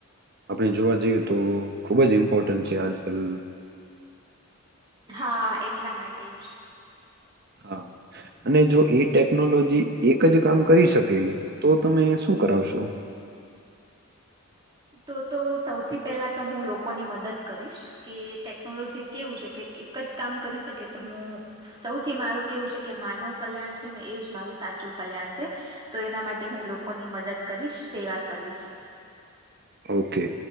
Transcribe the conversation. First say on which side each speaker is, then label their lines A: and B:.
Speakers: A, on the right (about 45°); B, on the right (about 20°).
A: આપણે જોવા જઈએ તો ખૂબ જ ઇમ્પોર્ટન્ટ છે આજકલ.
B: હા એટલા માટે જ.
A: હા. અને જો એ ટેકનોલોજી એક જ કામ કરી શકે, તો તમે શું કરાવશો?
B: તો-તો સૌથી પહેલા તો હું લોકોની મદદ કરીશ. કે ટેકનોલોજી કેવું છે કે એક એક જ કામ કરી શકે તો હું સૌથી મારું કેવું છે કે માનવ કલ્યાણ છે ને એ જ મારું સાચું કલ્યાણ છે. તો એના માટે હું લોકોની મદદ કરીશ, સેવા કરીશ.
A: ઓકે.